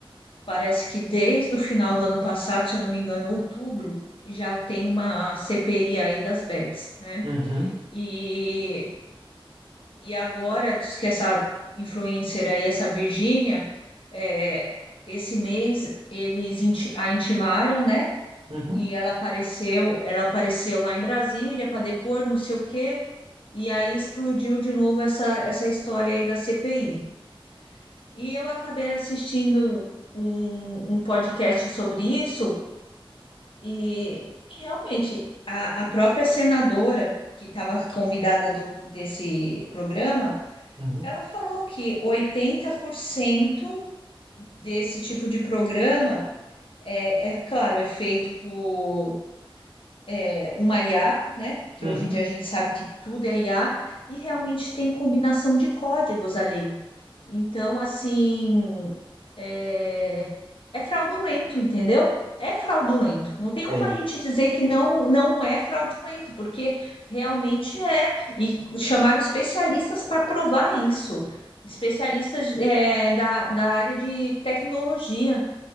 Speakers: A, on the left; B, on the right.
A: parece que desde o final do ano passado, se eu não me engano, outubro, já tem uma CPI aí das bets, né?
B: Uhum,
A: E E agora, diz que essa influencer aí, essa Virgínia, é, esse mês eles inti- a intimaram, né?
B: uhum,
A: E ela apareceu, ela apareceu lá em Brasília para depor, não sei o quê, e aí explodiu de novo essa, essa história aí da CPI. E eu acabei assistindo um, um podcast sobre isso, e realmente a, a própria senadora que estava convidada do, desse programa
B: uhum,
A: ela falou que 80% desse tipo de programa é, é claro, é feito por é, uma IA, né? Que
B: uhum.
A: hoje em dia a gente sabe que tudo é IA, e realmente tem combinação de códigos ali. Então, assim, é, é fraudulento, entendeu? É fraudulento. Não tem como
B: é,
A: a gente dizer que não, não é fraudulento, porque realmente é. E chamaram especialistas para provar isso, especialistas é, da, da área de tecnologia.